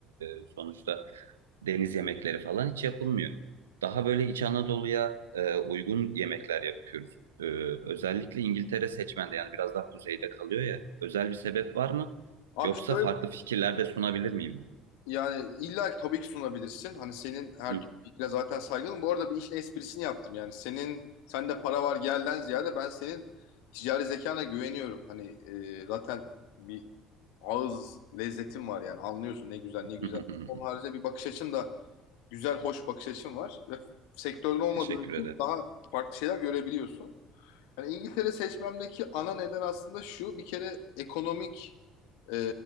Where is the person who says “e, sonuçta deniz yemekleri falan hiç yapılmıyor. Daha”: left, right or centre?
Right